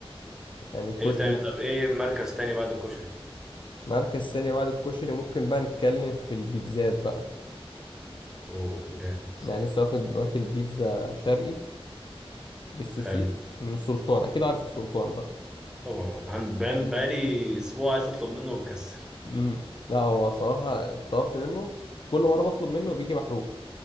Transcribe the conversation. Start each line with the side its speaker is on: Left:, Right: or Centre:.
Left: يعني الكشري
Centre: ايه تاني طب ايه مركز تاني بعد الكشري
Left: مركز ثاني بعد الكشري ممكن بقى نتكلم في البيتزات بقى
Centre: اوه جامد
Left: يعني لسه واخد واكل بيتزا شرقي بالسوسيس
Centre: حلو
Left: من السلطان اكيد عارف السلطان بقى
Centre: طبعا عن- بقال- بقالي اسبوع عايز اطلب منه ومكسل
Left: امم لا هو صراحة طلبت منه كل مرة بطلب منه بيجي محروق